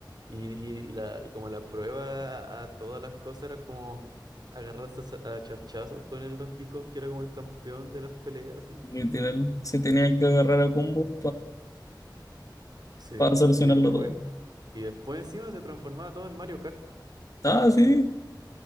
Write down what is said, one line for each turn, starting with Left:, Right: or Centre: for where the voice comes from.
Right: Y, y, y la, y como la prueba a todas las cosas era como agarrarse a, sa- a charchazos con el Donkey Kong, que era como el campeón de las peleas, así.
Left: Literal, se tenían que agarrar a combos
Right: Sí,
Left: para solucionarlo
Right: y después,
Left: todo.
Right: y después encima se transformaba todo en Mario Kart.
Left: Ah, sí,